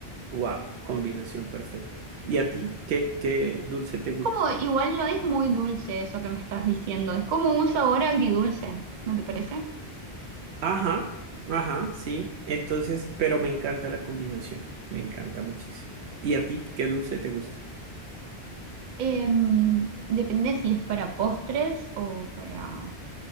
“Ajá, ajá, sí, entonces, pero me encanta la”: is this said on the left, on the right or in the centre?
Right